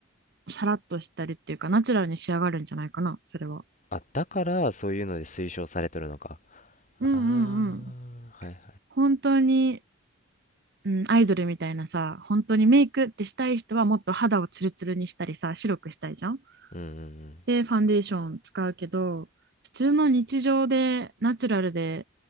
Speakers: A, on the right; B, on the left.
A: さらっとしたりっていうか、ナチュラルに仕上がるんじゃないかな、それは。
B: あ、だからそういうので推奨されてるのか。あ
A: うんうんうん。
B: あ、はいはい。
A: 本当に、うん、アイドルみたいなさ、本当にメイクってしたい人はもっと肌をツルツルにしたりさ、白くしたいじゃん。
B: うんうんうん。
A: でファンデーション使うけど普通の日常でナチュラルで